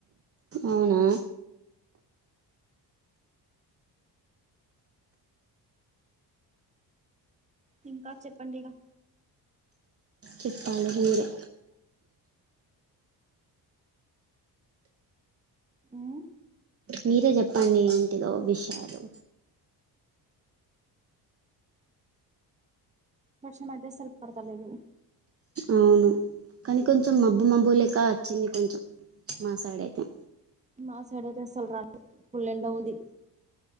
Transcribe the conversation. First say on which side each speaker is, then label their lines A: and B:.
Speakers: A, on the right; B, on the right.
A: అవునా
B: ఇంకా చెప్పండిగా
A: చెప్పాలి మీరే
B: మ్మ్
A: మీరే చెప్పండి ఏంటిదో విషయాలు
B: వర్షం ఐతే అసల్ పడతలేదు
A: అవును కానీ కొంచెం మబ్బు మబ్బు లెక్క వచ్చింది కొంచెం మా సైడయితే
B: మా సైడ్ ఐతే అసల్ రాలె ఫుల్ ఎండ ఉంది.